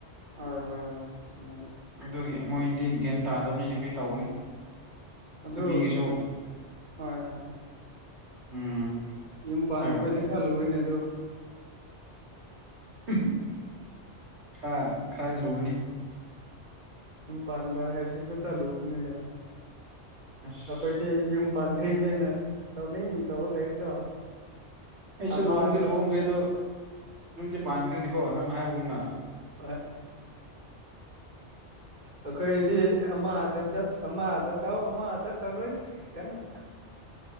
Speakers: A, on the right (about 40°); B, on the right (about 70°).
A: ꯍꯣꯏ ꯍꯣꯏ ꯍꯣꯏ ꯆꯨꯝꯃꯦ ꯑꯗꯨꯗꯤ
B: ꯑꯗꯨꯒꯤ ꯃꯣꯏꯗꯤ ꯒ꯭ꯌꯥꯟ ꯇꯥꯗꯕꯅꯤꯅ ꯀꯔꯤ ꯇꯧꯒꯅꯤ
A: ꯑꯗꯨ
B: ꯅꯨꯄꯤꯒꯤꯁꯨ
A: ꯍꯣꯏ ꯍꯣꯏ
B: ꯎꯝ
A: ꯌꯨꯝ ꯄꯥꯟꯕ
B: ꯍꯥꯏꯌꯣ
A: ꯈꯣꯏꯗꯤ ꯈꯔ ꯂꯨꯏꯅꯦ ꯑꯗꯨ
B: ꯍꯤꯍꯤꯍꯤ ꯈꯔ ꯈꯔ ꯂꯨꯕꯅꯤ
A: ꯌꯨꯝ ꯄꯥꯟꯕ ꯍꯥꯏꯕꯁꯤꯁꯨ ꯈꯔ ꯂꯨꯕꯅꯤꯗ
B: ꯑꯁ
A: ꯑꯩꯈꯣꯏꯗꯤ ꯌꯨꯝ ꯄꯥꯟꯗ꯭ꯔꯤꯕꯔꯤꯕꯅꯤꯅ ꯇꯧꯅꯤꯡ ꯇꯧꯔ ꯂꯩꯔꯤꯗꯣ
B: ꯑꯩꯁꯨ
A: ꯑꯃꯗ
B: ꯂꯨꯍꯣꯡꯗꯦ ꯂꯨꯍꯣꯡꯗ꯭ꯔꯤꯗꯣ
A: ꯑꯃꯨꯛ ꯆꯠ
B: ꯌꯨꯝꯗꯤ ꯄꯥꯟꯈ꯭ꯔꯦꯅꯦꯀꯣ ꯅꯪꯅ ꯍꯥꯏꯕꯒꯨꯝꯅ
A: ꯍꯣꯏ ꯑꯩꯈꯣꯏꯗꯤ ꯑꯃꯗ ꯆꯠ ꯑꯃ ꯑꯗ ꯇꯥꯎ ꯑꯃ ꯆꯠꯇꯧꯔꯣꯏ ꯀꯟꯅ